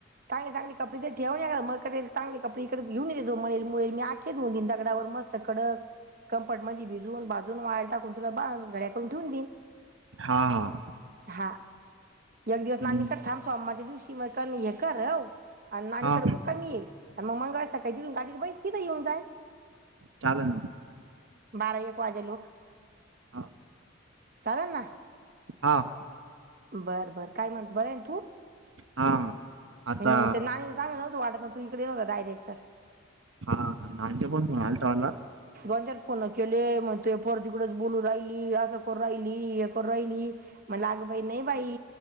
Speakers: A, on the right (about 45°); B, on the right (about 75°).
A: चांगले चांगले कपडे ते, ठेऊन म कडेल चांगले कपडे इकड घेऊन घे तो म्हळेल मुळेल मी आखे धऊनन दगडावर मस्त कडक. कम्फर्ट मध्ये भिजून बाजून वाळ टाकून तुला गड्या करून ठेवून दिन.
B: हा हा.
A: हा एक दिवस
B: हम्म,
A: नाकड थांब सोमारच्या दिवशी मग हे कर हो आणि नाणीकडें
B: हा
A: मक् कमी ये आणि मग मंगळार सकाळी जिऊून गाडीत बैस किथं येऊन जाय.
B: चालल.
A: बारा एक वाजे लोक
B: हा
A: चालल ना.
B: हा.
A: बर बर काय म्हणत बरं हाय तू?
B: हा आता
A: हम्. सांग नवतं वाट ना त इडे येव डायरेक्ट तर,
B: हा अण्णांचा फोन आलता मला.
A: दोनच्यार फोन केले मग ते पर तिकडेच बोलू राहिली असं कर राहिली हे कर राहिली. म्हणल आग बाई नाही बाई